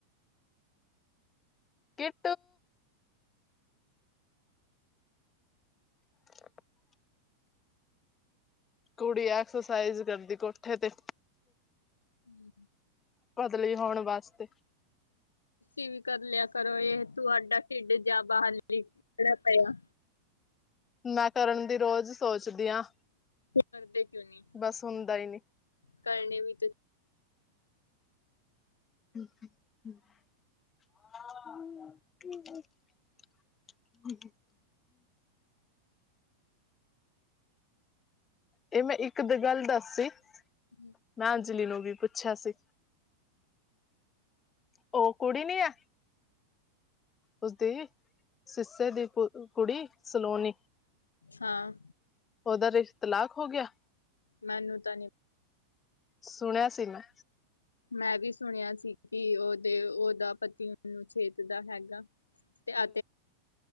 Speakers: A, on the left; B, on the left.
A: ਕਿਟ <inaudible> ਕੁੜੀ ਐਕਸਰਸਾਈਜ਼ ਕਰਦੀ ਕੋਠੇ ਤੇ
B: ਹਮ <inaudible>
A: ਪਤਲੀ ਹੋਣ ਵਾਸਤੇ
B: ਤੁਸੀਂ ਵੀ ਕਰ ਲਿਆ ਕਰੋ ਇਹ ਤੁੂਹਾਡਾ ਢਿੱਡ ਜਾ ਬਹਰ ਨਿਕਲੀਅ ਪਿਆ।
A: ਮੈਂ ਕਰਨ ਦੀ ਰੋਜ਼ ਸੋਚਦੀ ਹਾਂ।
B: ਕਰਦੇ ਕਿਉਂ ਨੀ,
A: ਬਸ ਹੁੰਦਾ ਹੀ ਨਹੀਂ।
B: ਕਰਨੇ ਵੀ ਤੇ
A: <unintelligible> ਹ <inaudible> ਇਹ ਮੈਂ ਇੱਕ ਦ ਗੱਲ ਦੱਸੀ
B: ਹਮ <inaudible>
A: ਮੈਂ ਅੰਜਲੀ ਨੂੰ ਵੀ ਪੁੱਛਿਆ ਸੀ। ਉਹ ਕੁੜੀ ਨੀ ਆ ਉਸਦੀ ਸਿਸਟਰ ਦੀ ਕੁ ਕੁੜੀ ਸਲੋਨੀ
B: ਹਾਂ।
A: ਉਹਦਾ, ਰਿਸ਼ ਤਲਾਕ ਹੋ ਗਿਆ।
B: ਮੈਨੂੰ ਤਾ ਨਹੀ
A: ਸੁਣਿਆ ਸੀ ਮੈ
B: ਮੈਂ ਵੀ ਸੁਣਿਆ ਸੀ, ਕਿ ਉਹਦੇ ਓਦਾ ਪਤੀ ਉਹਨੂੰ ਛੇਤ ਦਾ ਹੈਗਾ। ਤੇ ਆ